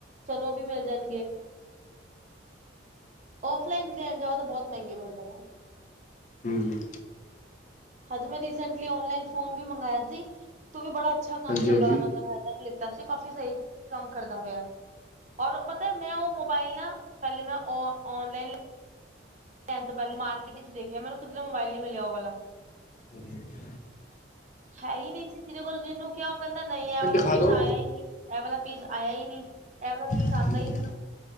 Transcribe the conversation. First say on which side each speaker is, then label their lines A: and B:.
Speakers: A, on the right; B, on the left.
A: ਚਾਨੋ, ਉਹ ਵੀ ਮਿਲ ਜਾਣਗੇ, ਓਫਲਾਈਨ ਲੈਣ ਜਾਓ। ਬਹੁਤ ਮਹਿੰਗੇ ਬਿਲਦੇ।
B: ਹਮ-ਹਮ।
A: ਹਜੇ ਮੈਂ ਰੀਸੈਂਟਲੀ ਓਨਲਾਈਨ ਫੋਨ ਵੀ ਮੰਗਇਆ ਸੀ, ਤੇ ਵੀ ਬੜਾ ਅੱਛਾ ਕੰਮ
B: ਹਾਂਜੀ
A: ਕਰਦਾ
B: ਹਾਂਜੀ
A: ਵਾ ਮਤਲਬ ਹਜ ਕ। ਤਾਂਸੀਂ ਕਾਫੀ ਸਹੀ ਕੰਮ ਕਰਦਾ ਹੋਇਆ, ਔਰ ਪਤਾ ਮੈਂ ਉਹ ਮੋਬਾਇਲ ਨਾ ਪਹਿਲੇ ਮੈਂ ਔਨ ਔਨਲਾਈਨ ਲੈਣ ਤੋਂ ਪਹਿਲਾਂ ਮਾਰਕੀਟ ਵਿਚ ਦੇਖਿਆ, ਮੈਨੂੰ ਕਿਧਰੇ ਮੋਬਾਇਲ ਨੀ ਮਿਲਿਆ, ਉਹ ਵਾਲਾ।
B: ਇੱਕ
A: ਹੈ ਹੀ ਨਹੀਂ ਸੀ, ਜਿਹਦੇ ਕੋਲ ਜਿਹਨੂੰ ਕਿਹਾ, ਉਹ ਕਹਿੰਦਾ ਨਹੀਂ, ਇਹ
B: ਮਿੰਟ
A: ਵਾਲਾ
B: ਦਿਖਾ
A: ਪੀਸ
B: ਦੋ
A: ਆਇਆ ਹੀ ਨਹੀਂ। ਇਹ ਵਾਲਾ ਪੀਸ ਆਇਆ ਹੀ ਨਹੀਂ, ਇਹ ਵਾਲਾ ਪੀਸ
B: ਹਾਂਜੀ
A: ਆਉਂਦਾ ਹੀ ਨਹੀਂ।